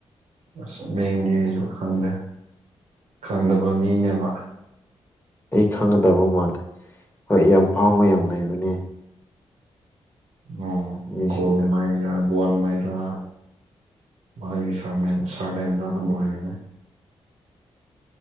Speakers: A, on the right; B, on the left.
A: ꯑꯁ ꯃꯤꯡꯗꯤ ꯑꯩꯖꯨ ꯈꯪꯗꯦ ꯈꯪꯗꯕ ꯃꯤꯅꯦꯕꯥ
B: ꯑꯩ ꯈꯪꯒꯗꯕ ꯃꯥꯜꯂꯤ ꯍꯣꯏ ꯌꯥꯝ ꯐꯥꯎꯕ ꯌꯥꯝ ꯂꯩꯕꯅꯦ
A: ꯑꯣ
B: ꯃꯤꯁꯤꯡꯗꯣ
A: ꯒꯣꯜꯃꯩꯔꯥ ꯒꯣꯟꯃꯩꯔꯥ ꯃꯥꯒꯤ ꯁ꯭ꯔꯃꯦꯟ ꯁ꯭ꯔꯅꯦꯝꯗꯣ ꯑꯗꯨꯝ ꯑꯣꯏꯕꯅꯦ